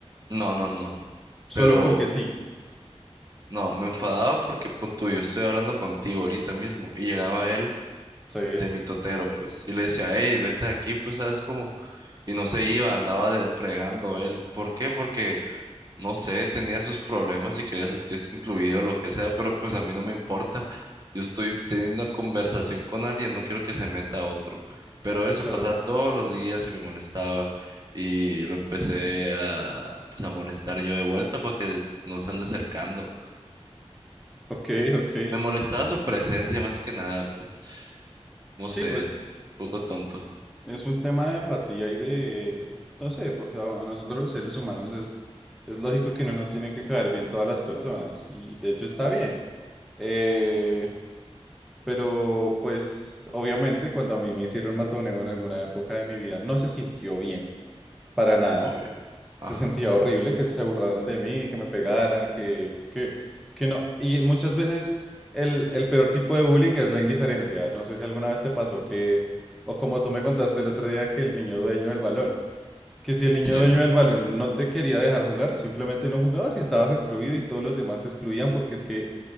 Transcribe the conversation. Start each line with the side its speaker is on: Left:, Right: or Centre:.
Right: No, no, no.
Centre: Solo
Right: Pero
Centre: porque sí.
Right: no, me enfadaba porque, punto, yo estoy hablando contigo ahorita mismo. Y llegaba él
Centre: Sí,
Right: de mi totero, pues. Y le decía, hey, vete de aquí, pues, ¿sabes cómo? Y no se iba, andaba de- fregando él. ¿Por qué? Porque, no sé, tenía sus problemas y quería sentirse incluido, lo que sea, pero pues a mí no me importa. Yo estoy teniendo una conversación con alguien, no quiero que se meta otro. Pero eso
Centre: claro.
Right: pasaba todos los días y me molestaba. Y lo empecé a, pues, a molestar yo de vuelta para que no se ande acercando.
Centre: Ok, ok.
Right: Me molestaba su presencia más que nada, pues no
Centre: Sí,
Right: sé,
Centre: pues
Right: es un poco tonto,
Centre: es un tema de empatía y de, no sé, porque a a nosotros los seres humanos es, es lógico que no nos tienen que caer bien todas las personas. Y de hecho está bien. Eh, Pero pues obviamente cuando a mí me hicieron matoneo en alguna época de mi vida no se sintió bien para nada.
Right: obvio. Ajá,
Centre: Se sentía horrible que se burlaran de mí, que me pegaran, que, que, que no. Y muchas veces el, el peor tipo de bullying es la indiferencia. No sé si alguna vez te pasó que, o como tú me contaste el otro día, que el niño dueño del balón, que si el niño
Right: sí,
Centre: dueño del balón no te quería dejar jugar, simplemente no jugabas y estabas excluido y todos los demás te excluían porque es que